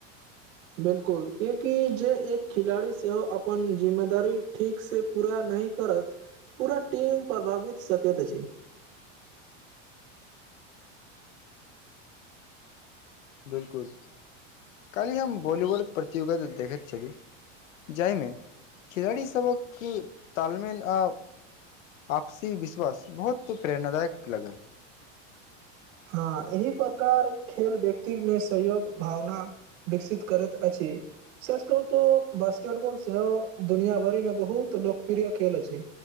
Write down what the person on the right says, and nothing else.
बिल्कुल क्यएकि जे एक खिलाड़ी सेहो अपन जिम्मेदारी ठीकसँ पूरा नहि करत पूरा टीम प्रभावित सकैत अछि
हँ एहि प्रकार खेल व्यक्ति मे सहयोग भावना विकसित करैत अछि सच कहू तऽ बास्केटबॉल सेहो दुनिया भरि मे बहुत लोकप्रिय खेल अछि